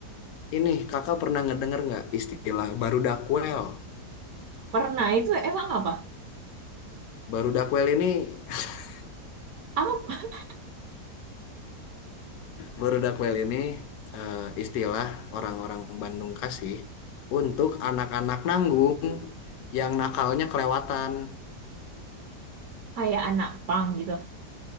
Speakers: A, on the left; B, on the right.
A: ini kakak pernah ngedenger nggak istilah baru dakwel?
B: Pernah itu emang apa?
A: Baru dakwel ini <laughs>
B: Apa?
A: Berudakwel ini eh, istilah orang-orang Bandung kasih untuk anak-anak nanggung yang nakalnya kelewatan.
B: Kayak anak pang gitu.